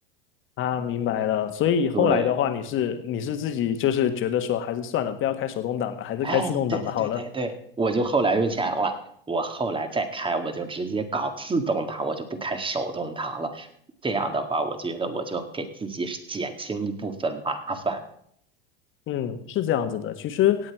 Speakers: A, on the left; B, on the right.
A: 啊，明白了。所以后来的话，
B: 对。
A: 你是你是自己就是觉得说，还是算了，不要开手动挡了，还是开自动挡的好了。
B: 哎，对对对对对，我就后来就想了，我后来再开，我就直接搞自动挡，我就不开手动挡了。这样的话，我觉得我就给自己是减轻一部分麻烦。
A: 嗯，是这样子的。其实，